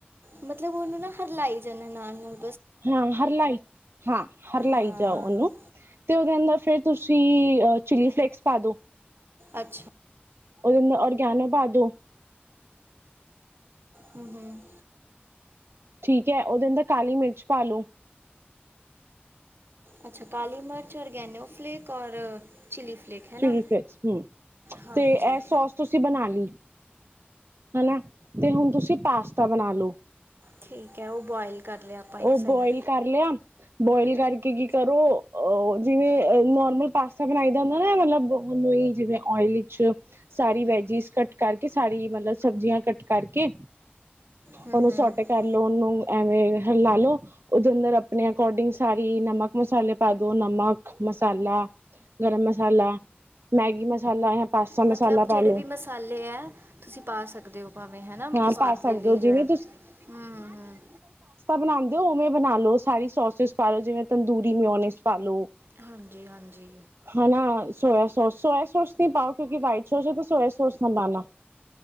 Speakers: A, on the right (about 65°); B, on the right (about 80°).
A: ਮਤਲਬ ਉਹਨੂੰ ਨਾ ਹਰਲਾਈ ਜਾਂਨਾ ਨਾਲ-ਨਾਲ
B: ਹਾਂ ਹਰਲਾਈ-ਹਾਂ ਹਰਲਾਈ
A: ਹਾਂ
B: ਜਾਓ ਉਹਨੂੰ ਤੇ ਉਹਦੇ ਅੰਦਰ ਫਿਰ ਤੁਸੀਂ ਚਿਲੀ ਫਲੇਕਸ ਪਾਦੋ।
A: ਅੱਛਾ
B: ਉਹਦੇੰ <unintelligible> ਔਰ ਗਿਆਨੋ ਭਾਦੋ
A: ਹੂੰ ਹੂੰ
B: ਠੀਕ ਹੈ, ਉਹਦੇ ਅੰਦਰ ਕਾਲੀ ਮਿਰਚ ਪਾ ਲੋੋ।
A: ਅੱਛਾ, ਕਾਲੀ ਮਿਰਚ ਔਰ ਗੈਨੋ ਫਲੇੈਕ ਔਰ ਚਿਲੀ ਫਲੇਕ ਹੈ
B: ਚਿਲੀ
A: ਨਾ
B: ਫਲੇਕਸ ਹੂੰ,
A: ਹਾਂਜੀ
B: ਤੇ ਇਹ ਸੋਸ ਤੁਸੀਂ ਬਣਾ ਲਈ। ਹਨਾ, ਤੇ ਹੁਣ ਤੁਸੀਂ ਪਾਸਤਾ ਬਣਾ ਲੋ।
A: ਠੀਕ ਹੈ, ਉਹ ਬੋਆਇਲ ਕਰ ਲਿਆ ਆਪਾਂ ਇੱਕ
B: ਉਹ
A: ਸਾਈਡ,
B: ਬੋਇਲ ਕਰ ਲਿਆ ਬੋਇਲ ਕਰਕੇ ਕੀ ਕਰੋ ਅ ਜਿਵੇਂ ਨੋਰਮਲ ਪਾਸਤਾ ਬਣਾਈ ਦਾ- <unintelligible> ਮਤਲਬਨ ਉਹੀ ਜਿਵੇਂ ਓਇਲ ਵਿਚ ਸਾਰੀ ਵੈਜਿਸ ਕੱਟ ਕਰਕੇ, ਸਾਰੀ ਮਤਲਬ ਸਬਜ਼ੀਆਂ ਕੱਟ ਕਰਕੇ।
A: ਹੂੰ
B: ਉਹਨੂੰ
A: ਹੂੰ
B: <unintelligible> ੋੱਟ ਕਰਲਓ ਉਹਨੂੰ ਐਵੇਂ ਹਲਾਾਲੋ ਉਹਦੇ ਅੰਦਰ ਆਪਣੇ ਅਕੋਰਡਿੰਗ ਸਾਰੀ ਨਮਕ ਮਸਾਲੇ ਪਾ ਦੋ ਨਮਕ, ਮਸਾਲਾ, ਗਰਮ ਮਸ- ਸਾਲਾ, ਮੈਗੀ ਮਸਾਲਾ। ਪਾਸਤਾ
A: ਮਤਲਬ
B: ਮਸਾਲਾ ਪਾ
A: ਜਿਹੜੇ
B: ਲੋ
A: ਵੀ ਮਸਾਲੇ ਹੈ ਤੁਸੀਂ ਪਾ ਸਕਦੇ ਹੋ ਭਾਵੇਂ ਹਨਾ
B: ਹਾਂ
A: ਸਵਾਦ
B: ਪਾ ਸਕਦੇ
A: ਦੇ ਲਈ
B: ਹੋ
A: ਜਿਹੜਾ
B: ਜਿਵੇਂ
A: ਹੂੰ ਹ ਹੂੰ।
B: ਬਣਾਦੇ ਹੋ ਉਵੇਂ ਬਣਾ ਲੋ ਸਾਰੀ ਸੋਸਿਸ ਪਾਲ ਲੋ ਜਿਵੇਂ ਤੰਦੂਰੀ ਮਿਉਨਿਸ ਪਾਾਲ ਲੋ
A: ਹੂੰ ਹਾਂਜੀ ਹਾਂਜੀ
B: ਹਨਾ, ਸੋਇਆ ਸੋਸ ਸੋਯ ਸੋਸ ਨੀ ਪਾਓ ਕਿਉਂਕਿ ਵਾਈਟ ਸੋਸ ਹੈ ਤੇ ਸੋਇਆ ਸੋਸ ਨਾ ਪਾਉਣਾ